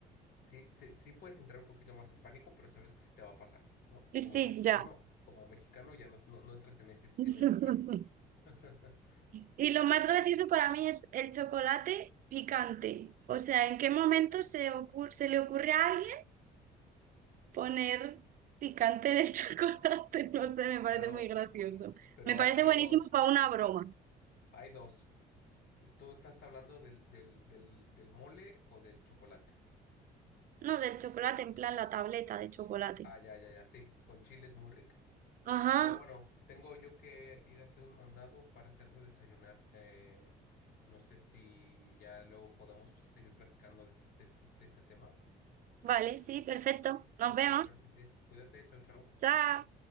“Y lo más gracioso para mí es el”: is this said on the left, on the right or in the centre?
Right